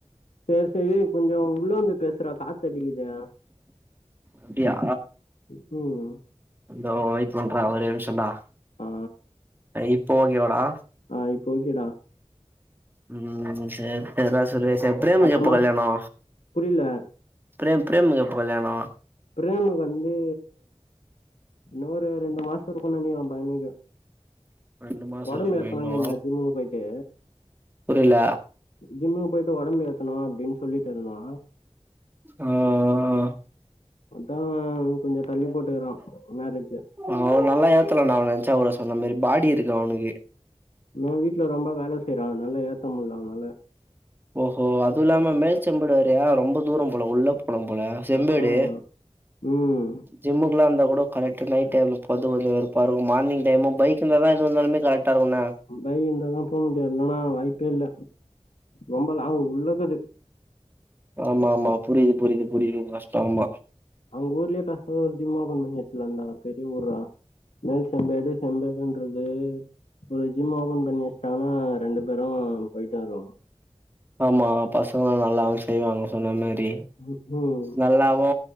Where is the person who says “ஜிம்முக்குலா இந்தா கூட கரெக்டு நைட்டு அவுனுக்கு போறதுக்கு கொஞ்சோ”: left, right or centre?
Right